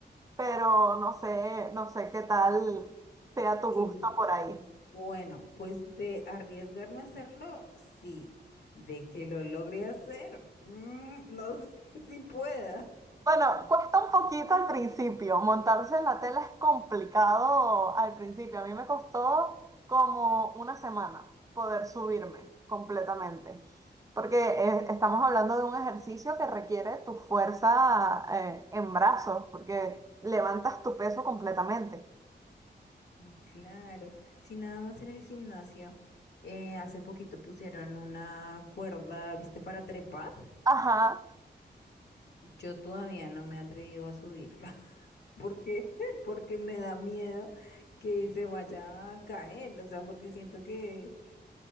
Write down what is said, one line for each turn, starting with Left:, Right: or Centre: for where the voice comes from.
Right: pero no sé, no sé qué tal sea tu
Left: Y
Right: gusto por ahí.
Left: bueno, pues de arriesgarme a hacerlo, sí, de que lo logre hacer, mm, no <laughs> sé si pueda.
Right: Bueno, cuesta un poquito al principio. Montarse en la tela es complicado al principio. A mí me costó como una semana poder subirme completamente, porque eh, estamos hablando de un ejercicio que requiere tu fuerza eh, en brazos, porque levantas tu peso completamente.
Left: Mm, Claro, si nada más en el gimnasio, eh, hace poquito pusieron una cuerda, ¿viste? Para trepar.
Right: Ajá.
Left: Yo todavía no me he atrevido a subirla. porque, <laughs> porque me da miedo que se vaya a caer, o sea, porque siento que,